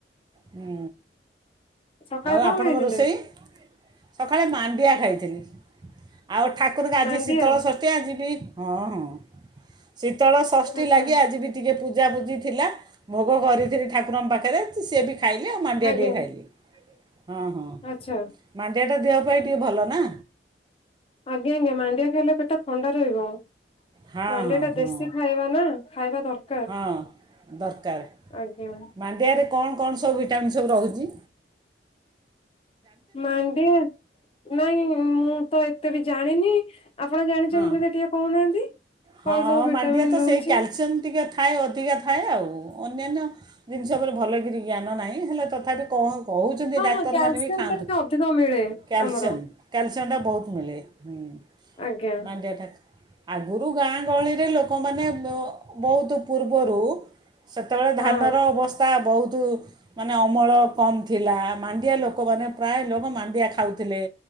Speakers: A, on the right; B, on the left.
A: ହୁଁ।
B: ସକାଳେ
A: ଆଉ
B: କଣ
A: ଆପଣଙ୍କ
B: ଖାଇଥିଲେ
A: ରୋଷେଇ ସକାଳେ ମାଣ୍ଡି ମାଣ୍ଡିଆ ଖାଇଥିଲି। ଆଉ ଠାକୁରଙ୍କ ଆଜି
B: ମାଣ୍ଡିଆ
A: ଶୀତଳ ଷଷ୍ଠୀ ଆଯିବି ହଁ ହଁ। ଶୀତଳ ଷଷ୍ଠୀ
B: ଆଚ୍ଛା
A: ଲାଗି ଆଜି ବି ଟିକେ ପୂଜାପୁଜି ଥିଲା। ଭୋଗ କରିଥିଲି ଠାକୁରଙ୍କ ପାଖରେ ସିଏ ବି ଖାଇଲି ଆଉ ମଣ୍ଡିିଆ
B: ଆଜ୍ଞା।
A: ଟିକେ ଖାଇଲି। ହଁ ହଁ
B: ଆଚ୍ଛା
A: ମାଣ୍ଡିଆଟା ଦେହ ଟିକେ ଭଲ ନା।
B: ଆଜ୍ଞା ଆଜ୍ଞା ମାଣ୍ଡିଆ ଖାଇଲେ ପେଟା ଥଣ୍ଡା ରହିବ।
A: ହଁ
B: ମାଣ୍ଡିଆଟା
A: ହଁ ହଁ
B: ଦେଶୀ ଖାଇବା ନା ଖାଇବା ଦରକାର
A: ହଁ ଦରକାର
B: ଆଜ୍ଞା
A: ମାଣ୍ଡିଆରେ କଣ କଣ ସବୁ ଭିଟାମିନ୍ ସବୁ ରହୁଚି।
B: ମଡିିଆ ନାଇଁ ମୁଁ ତ ଏତେ ବି ଜାଣିନି। ଆପଣ ଜାଣିଛନ୍ତି
A: ହଁ
B: ଯଦି ଟିକେ କହୁନାହାନ୍ତି କଣ
A: ହଁ
B: ସବୁ ଭିଟାମିନ୍
A: ମାଣ୍ଡିଆ ତ
B: ରହୁଚି।
A: ସେଇ କ୍ୟାଲସିୟମ୍ ଟିକେ ଥାଏ ଅଧିକା ଥାଏ ଆଉ ଅନ୍ୟାନ୍ୟ ଜିନିଷ ଉପରେ ଭଲକିରି ଜ୍ଞାନ ନାହିଁ ହେଲେ। ତଥାପି କଣ କହୁଛନ୍ତି
B: ହଁ
A: ଡକ୍ଟର
B: ହଁ କ୍ୟାଲସିୟମ
A: ମାନେ ଖାଆନ୍ତୁ
B: ଟା ଟିକେ ଅଧିକ
A: <inaudible>
B: ମିଳେ
A: କ୍ୟାଲସିୟମ
B: ଆମର
A: କ୍ୟାଲସିୟମ ଟା ବହୁତ ହଣିଲ ହୁଁ।
B: ଆଜ୍ଞା
A: ମାନ୍ଧ୍ୟଆ ତା ଆଗରୁ ଗାଁ ଗହଳିରେ ଲୋକମାନେ ବହୁତ ପୂର୍ବରୁ ସେତେବେଳେ
B: ହଁ
A: ଧାନର ଅବସ୍ଥା ବହୁତ ବହୁତୁ ମାନେ ଅମଳ କମ୍ ଥିଲା ମାଣ୍ଡିଆ ଲୋକମାନେ ପ୍ରାୟ ଲୋକ ମାଣ୍ଡିଆ ଖାଉଥିଲେ।